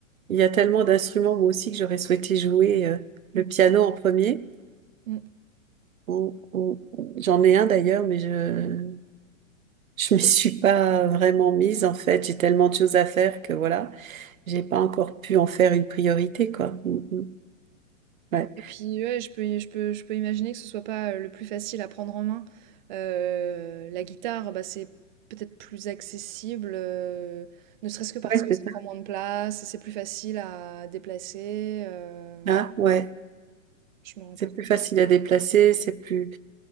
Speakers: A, on the right; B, on the right.
A: il y a tellement d'instruments moi aussi que j'aurais souhaité jouer euh, le
B: Mmh.
A: piano en premier.
B: Mmh.
A: Ou- ou- ou- J'en ai un d'ailleurs, mais je je m'y suis pas vraiment mise en fait. J'ai tellement de choses à faire que voilà, j'ai pas encore pu en faire une priorité quoi. Mm, mm. Ouais,
B: Et puis ouais, je peux, je peux, je peux imaginer que ce soit pas euh, le plus facile à prendre en main. Euh, la guitare, bah, c'est peut-être plus accessible, euh, ne serait-ce que parce
A: ouais,
B: que
A: c'est
B: ça prend
A: ça.
B: moins de place, c'est plus facile à déplacer. euh,
A: Ah, ouais,
B: je me rends
A: c'est
B: pas compte.
A: plus facile à déplacer, c'est plus,